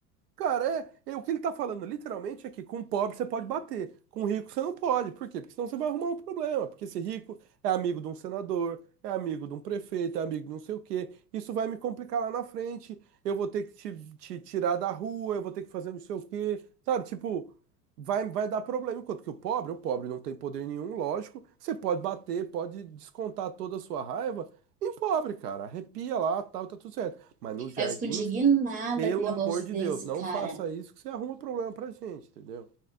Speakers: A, on the right (about 80°); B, on the right (about 15°).
A: Cara, é, é o que ele tá falando literalmente é que com pobre você pode bater, com rico você não pode. Por quê? Porque senão você vai arrumar um problema. Porque esse rico é amigo de um senador, é amigo de um prefeito, é amigo de não sei o quê. Isso vai me complicar lá na frente. Eu vou ter que te, te tirar da rua, eu vou ter que fazer não sei o quê. Sabe? Tipo, vai, vai dar problema. Enquanto que o pobre, o pobre não tem poder nenhum, lógico. Você pode bater, pode descontar toda a sua raiva em pobre, cara. Arrepia lá, tal, tá tudo certo. Mas nos jardins.
B: Eu fico indignada
A: Pelo
B: com um negócio
A: amor de
B: desse,
A: Deus, não
B: cara.
A: faça isso que você arruma problema pra gente, entendeu?